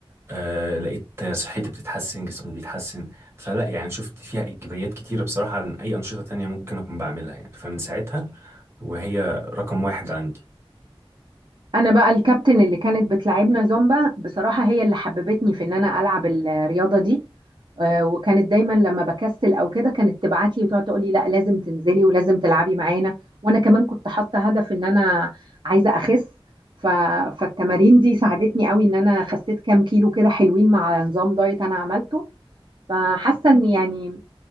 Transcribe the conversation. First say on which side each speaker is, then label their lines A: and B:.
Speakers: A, on the right (about 25°); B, on the right (about 55°).
A: آه لقيت صحتي بتتحسن جسمي بيتحسن فلا يعني شفت فيها ايجابيات كتيره بصراحه عن اي انشطه تانية ممكن اكون بعملها يعني فمن ساعتها وهي رقم واحد عندي
B: انا بقى الكابتن اللي كانت بتلعبنا زومبا بصراحة هي اللي حببتني في ان انا العب الرياضة دي آه، وكانت دايما لما بكسل او كده كانت تبعت لي وتقعد تقول لي لا لازم تنزلي ولازم تلعبي معانا وانا كمان كنت حاطة هدف ان انا عايزة اخس ف... فالتمارين دي ساعدتني قوي ان انا خسيت كام كيلو كده حلوين مع نظام دايت انا عملته فحاسة ان يعني